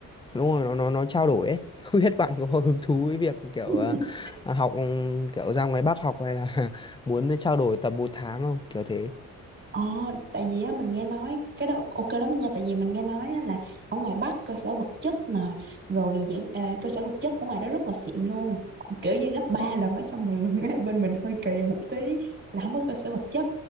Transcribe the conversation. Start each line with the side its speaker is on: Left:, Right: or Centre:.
Left: đúng rồi nó nó nó trao đổi ấy. <laughs> Không biết bạn có <laughs> hứng thú với việc kiểu
Right: <laughs>
Left: ờ, à, học ừ, kiểu ra ngoài Bắc học hay là <laughs> muốn trao đổi tầm một tháng không? Kiểu thế.
Right: Ờ, tại vì á, mình nghe nói cái đó ok lắm nha tại vì mình nghe nói á, là ở ngoài Bắc cơ sở vật chất nè rồi dạng, ờ, cơ sở vật chất của ngoài đó rất là xịn luôn kiểu như gấp 3 lần ở trong mình luôn á. bên mình hơi kỳ một tí là không có cơ sở vật chất